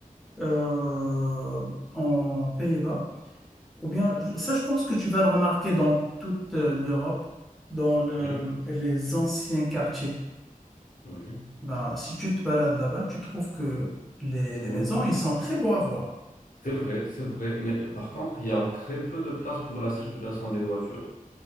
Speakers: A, in the centre; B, on the left.
A: euh, en Pays-Bas. Ou bien, je- ça, je pense que tu vas le remarquer dans toute euh, l'Europe, dans le-
B: Oui,
A: les anciens quartiers.
B: oui,
A: Ben, si tu te balades là-bas, tu trouves que les,
B: C'est-
A: les
B: oui,
A: maisons,
B: oui.
A: ils sont très beaux à voir.
B: C'est vrai, c'est vrai. Mais par contre, il y a très peu de place pour la circulation des voitures.